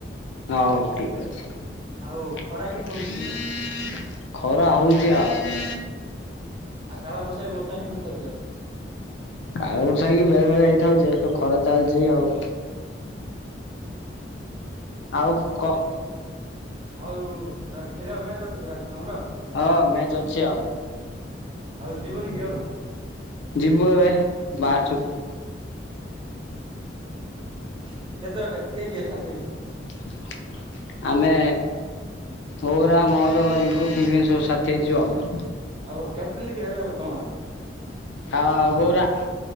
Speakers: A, on the left (about 75°); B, on the right (about 30°).
A: ହଉ ଠିକ ଅଛି।
B: ଆଉ ଖରା କେମିତି ହଉଛି ଯେ
A: ଖରା ହୋଉଛି ଆଉ।
B: ଆଉ କାଳ ବ୍ୟୈଶାକ୍ଷୀ ବର୍ଷା ହେଇନଥିଲା ଆଜି ଆଉ?
A: ଆଉ ସାଇକି ବେଳେ ବେଳେ ହେଇଥାଉ ଯେହେତୁ ଖରା ଚାଲିଚଛି ଆଉ। ଆଉ କହ।
B: ଆଉ ଆ ଖେଳିବା ମ୍ୟାଚ ଅଛି ପରା ଆଜି ତମର?
A: ହଁ ମ୍ୟାଚ ଅଛି ଆଉ।
B: ଆଉ ଯିବନି କି ଆଉ
A: ଯିବୁ ଏବେ ବାହାରାରୁଛୁ।
B: କେତେବେଳେ କିଏ କିଏ ସାଥ ଦେଇଛ?
A: <inaudible> ଆମେ ପୁଅର ମୋର ରିଙ୍କୁ ଫିଙ୍କି ସବୁ ସାଥି ହେଇଯିବୁ ଆଉ।
B: ଆଉ କ୍ୟାପ୍ଟେନ କିଏ ହେବବେ ତୁମର?
A: ଆ ଗୌରା।